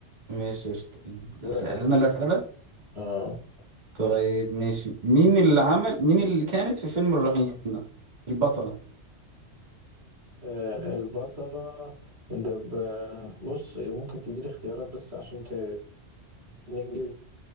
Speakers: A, on the right; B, on the right.
A: ماشي قشطة.
B: دورك
A: أس-
B: يا
A: انا
B: باشا
A: اللي اسالك
B: اه
A: طيب ماشي مين اللي عمل مين اللي كانت في فيلم الرهينة البطلة
B: آه، البطلة ده ب- بص ممكن تديني اختيارات بس عشان ت... ننجز